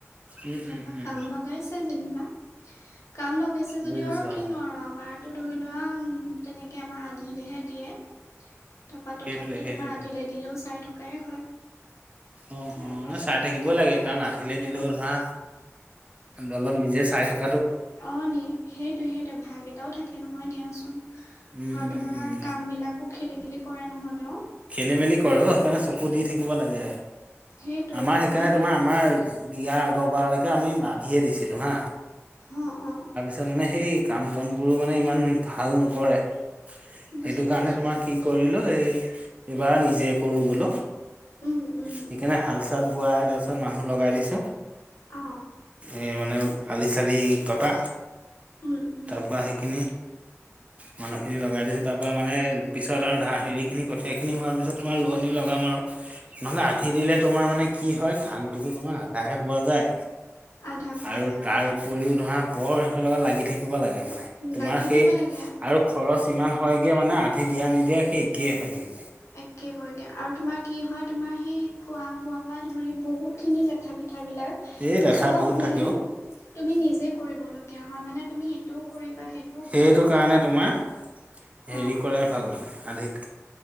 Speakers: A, on the right; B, on the left.
A: উম
B: তাৰপা
A: উম উম
B: কাম লগাইছে যেনিবা, কাম লগাইছে যদিও
A: বুজিছো
B: আৰু কিনো
A: অ
B: আৰু আমাৰ। টো ধৰি লোৱা উম, তেনেকে আমাৰ আধিলেহে দিয়ে। তাপা
A: সেইটোৱে
B: তথাপিতো
A: সেইটোৱে
B: তোমাৰ আধিলে দিলেও চাই থকাই হয়
A: অ
B: তাৰ পাছতে
A: অ চাই থাকিবই
B: সেই তাকে
A: লাগে
B: তেনেকে
A: কাৰণ আধিলে
B: যেনিবা
A: দিলেও ধৰা অলপ নিজে চাই থাকো
B: অ নি সেইটো সেইটো ভাগ এটাও থাকে নহয় দিয়াচোন
A: উম
B: আৰু
A: উম
B: তোমাৰ
A: উম
B: কাম বিলাকো খেলি মেলি কৰে নহলে অ
A: খেলি মেলি কৰে অ সেইকাৰণে চকু দি থাকিব লাগে
B: সেইটোৱে
A: আমাৰ সেইকাৰণে
B: সেই
A: তোমাৰ আমাৰ ইয়াৰ আগৰবাৰলৈকে আমি আধিয়ে দিছিলোঁ হা
B: অ অ
A: তাৰছত মানে সেই কাম বন বোৰো মানে ইমান ভাল নকৰে
B: বুজি
A: সেইটো
B: পাইছো
A: কাৰণে তোমাৰ
B: অ
A: কি কৰিলো এই এইবাৰ নিজে কৰো বোলো
B: উম উম
A: সেইকাৰণে হাল চাল বোৱাই তাৰপিছত মানুহ লগাই দিছো
B: অ
A: এই মানে আলি চালি কটা
B: উম উম
A: তাৰ পৰা সেইখিনি মানুহ খিনি লগাই দিছো তাৰ পৰা মানে পিছত আৰু ধা হেৰি খিনি কৰি সেইখিনি হোৱাৰ পিছত তোমাৰ ৰোৱনি লগাম আৰু নহ'লে আধি দিলে তোমাৰ মানে কি হয় ধানটোতো তোমাৰ আধাহে পোৱা যায়
B: আধা পোৱা
A: আৰু
B: যায়
A: তাৰ
B: অ
A: উপৰিও ধৰা বৰ সিহঁতৰ লগত লাগি থাকিব লাগে মানে
B: লাগি
A: তোমাৰ
B: থাকিব
A: সেই
B: লাগে
A: আৰু খৰচ ইমান হয়গে মানে আধি দিয়া নিদিয়া সেই একেই হয়গে
B: একে হয়গে আৰু তোমাৰ কি হয় তোমাৰ সেই খোৱা বোৱা পৰা ধৰি বহুতখিনি লেঠা পেঠাবিলাক
A: এই লেঠা
B: চব
A: বহুত থাকে
B: মানে
A: অ
B: তুমি নিজে কৰিবলগীয়া হয় মানে তুমি এইটোও কৰিবা সেই
A: সেইটো কাৰণে তোমাৰ হেৰি
B: অ
A: কৰাই ভাল মানে আধিত